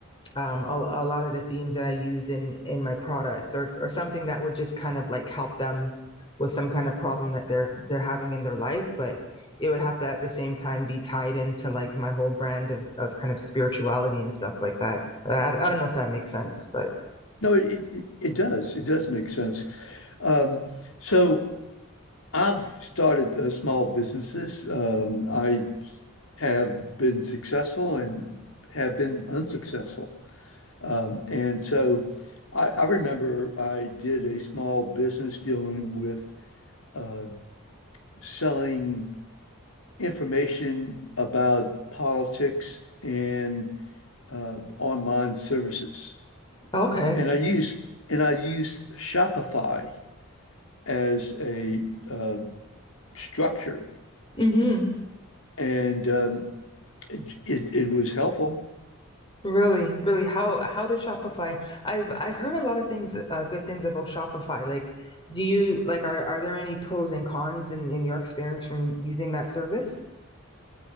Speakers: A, on the left; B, on the left.
A: um, a, a lot of the themes that I use in in my products or or something that would just kind of like help them with some kind of problem that they're they're having in their life, but it would have to at the same time be tied into like my whole brand of of kind of spirituality and stuff like that. I, I don't know if that makes sense, but
B: No, it it, it does. It does make sense. Um, so I've started uh, small businesses. Um, I have been successful and have been unsuccessful. Um, and so I, I remember I did a small business dealing with uh, selling information about politics and uh, online services.
A: Okay.
B: And I used and I used Shopify as a uh, structure.
A: Mm-hmm.
B: And um, It, it it was helpful.
A: Really, really, how how did Shopify? I've I've heard a lot of things, uh, good things about Shopify. Like, do you like are are there any pros and cons in in your experience from using that service?